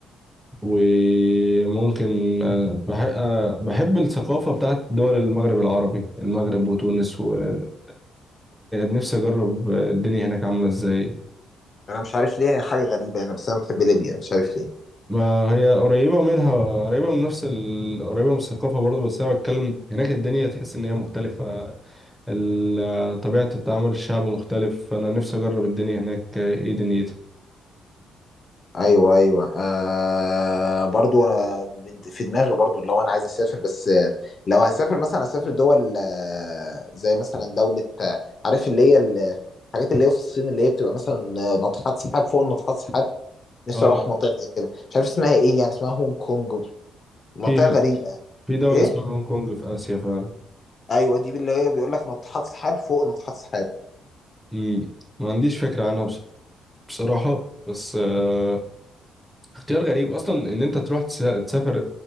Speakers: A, in the centre; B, on the left.
A: وممكن بحب, بحب الثقافة بتاعت دول المغرب العربي المغرب وتونس والجزائر نفسي أجرب الدنيا هناك عاملة إزاي
B: انا مش عارف ليه حاجه غريبه انا بس انا بحب ليبيا مش عارف ليه
A: ما هي قريبة منها قريبة من نفس ال... قريبة من الثقافة برضه بس أنا بتكلم هناك الدنيا تحس إن هي مختلفة ال- طبيعة التعامل الشعب مختلف أنا نفسي أجرب الدنيا هناك إيه دنيتها
B: ايوه ايوه آه برضو أنا من في دماغي برضو لو انا عايز اسافر بس آه، لو هسافر مثلا اسافر دول آه، زي مثلا دولة آه، عارف اللي هي ال- الحاجات اللي هي في الصين اللي هي بتبقى مثلا آه، ناطحات سحاب فوق ناطحات سحاب نفسي
A: اه
B: اروح منطقة زي كده مش عارف اسمها ايه يعني اسمها هونج كونج منطقة
A: في
B: غريبة يعني
A: في دولة
B: ايه
A: اسمها هونج كونج في آسيا فعلا
B: ايوه دي اللي هي بيقول لك ناطحات سحاب فوق ناطحات سحاب
A: مم. ما عنديش فكرة عنها بص- بصراحة بس آه، اختيار غريب أصلا إن أنت تروح تسا- تسافر